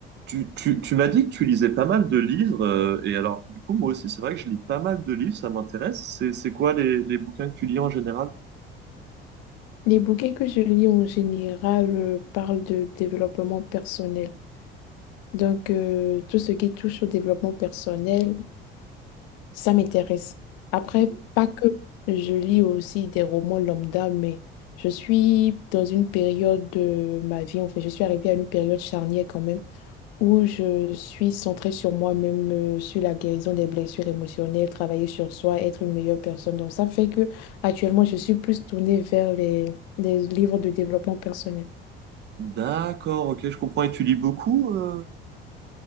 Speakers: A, on the right; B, on the left.
A: Tu, tu, tu m'as dit que tu lisais pas mal de livres, euh, et alors du coup moi aussi c'est vrai que je lis pas mal de livres, ça m'intéresse. C'est, c'est quoi les, les bouquins que tu lis en général?
B: Les bouquins que je lis en général euh, parlent de développement personnel. Donc, euh, tout ce qui touche au développement personnel, ça m'intéresse. Après,
A: Mhm.
B: pas que je lis aussi des romans lambda, mais je suis dans une période de ma vie, enfin, je suis arrivée à une période charnière quand même où je suis centrée sur moi-même, euh, sur la guérison des blessures émotionnelles, travailler sur soi, être une meilleure personne. Donc ça fait que actuellement, je suis plus tournée vers les, les livres de développement personnel.
A: D'accord, ok, je comprends. Et tu lis beaucoup? euh